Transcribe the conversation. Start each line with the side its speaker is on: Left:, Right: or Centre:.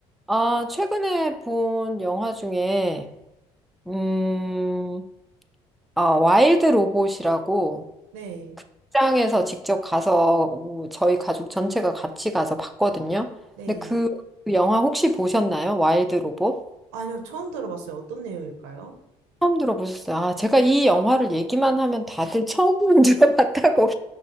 Centre: 아, 최근에 본 영화 중에 음, 아, 와일드 로봇이라고
Right: 네.
Centre: 출장에서 직접 가서 오, 저희 가족 전체가 같이 가서 봤거든요.
Right: 네.
Centre: 근데 그 영화 혹시 보셨나요? 와일드 로봇?
Right: 아니요, 처음 들어봤어요. 어떤 내용일까요?
Centre: 처음 들어보셨어요? 아, 제가 이 영화를 얘기만 하면 다들 처음 <laughs> 들어봤다고.